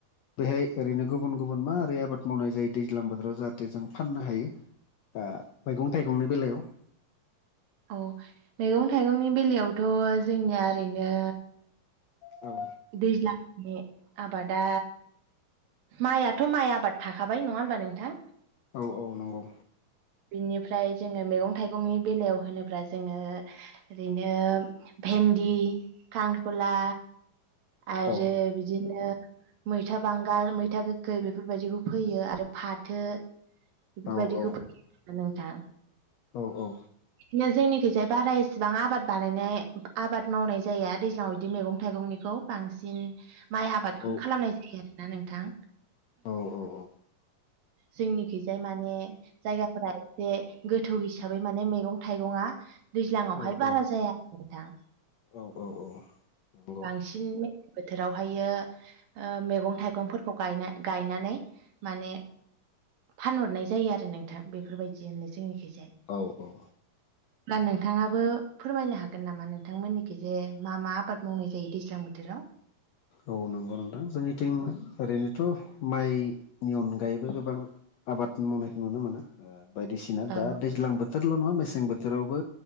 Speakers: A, on the left; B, on the right.
A: बेहाय ओरैनो गुबुन गुबुन मा ओरै आबाद मावनाय जायो दैज्लां बोथोराव जाहाथे जों फाननो हायो। ओ मैगं थाइगंनि बेलायाव
B: औ मैगं थाइगंनि बेलायावथ' जोंनिया ओरैनो
A: औ
B: दैज्लांनि आबादा माइआथ' माइ आबाद थाखाबाय नङा ओमबा नोंथां
A: औ औ नंगौ।
B: बिनिफ्राय जोङो मैगं थाइगंनि बेलायाव होनोब्ला जोङो ओरैनो भेन्दि खांखला आरो
A: औ
B: बिदिनो मैथा बांगाल मैथा गोखै बेफोरबायदिखौ फोयो आरो फाथो बेफोरबायदिखौ
A: औ औ
B: फोयो आरो <unintelligible> नोंथां
A: औ औ
B: बिदिनो जोंनिखैजाय बारा इसिबां आबाद बानायनाय आबाद मावनाय जाया दैज्लाङाव इदि मैगं थाइगंनिखौ बांसिन माइ आबादखौनो
A: औ
B: खालामनाय जायो आरोना नोंथां।
A: औ औ औ
B: जोंनिखि जाय माने जायगाफोरा एसे गोथौ हिसाबै माने मैगं थाइगङा दैज्लाङावहाय
A: औ
B: बारा
A: औ औ
B: जाया आरो नोंथां।
A: औ औ औ नंगौ
B: बांसिन मे <unintelligible> बोथोरावहायो ओ मैगं थाइगंफोरखौ गायना गायनानै माने फान हरनाय जायो आरो नोंथां बेफोरबायादिनो जोंनिखिजाय
A: औ औ
B: अब्ला नोंथाङाबो फोरमायनो हागोन नामा नोंथांमोननिखि जे मा मा आबाद मावनाय जायो दैज्लां बोथोराव
A: औ नंगौ नों थां जोंनिथिं ओरैनोथ' माइनि अनगायैबो गोबां आबाद मावनायखौ नुनो मोनो ओ बायदिसि ना
B: औ
A: दैज्लां बोथोरल' नङा मेसें बोथोरावबो